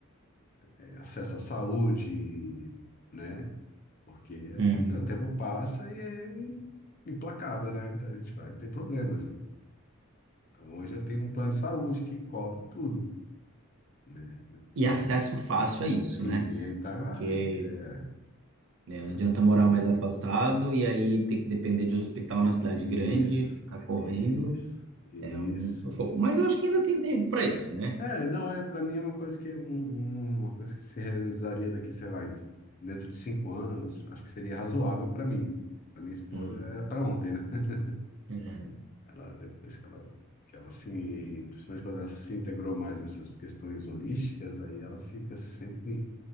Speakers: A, on the left; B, on the right.
A: eh, acesso à saúde, né? Porque
B: uhum.
A: esse, o tempo passa e é implacável, né? Então a gente vai ter problemas. Então hoje eu tenho um plano de saúde que cobre tudo, né?
B: E
A: E,
B: acesso fácil a isso,
A: sim,
B: né?
A: ele tá
B: Porque
A: aqui, é,
B: né,
A: então
B: não adianta
A: essas coisas,
B: morar mais
A: né?
B: afastado e aí ter que depender de hospital
A: Isso,
B: na cidade grande, ficar correndo,
A: isso, isso.
B: é um sufoco. Mas eu acho que ainda tem tempo para isso, né?
A: É, não, é, para mim é uma coisa que um, um- uma coisa que se realizaria daqui, sei lá, em- dentro de cinco anos, acho que seria razoável para mim. Para minha esposa
B: Uhum,
A: é para ontem, né? <laughs>
B: uhum.
A: Ela depois que ela que ela se, principalmente quando ela se integrou mais nessas questões holísticas, aí ela fica sempre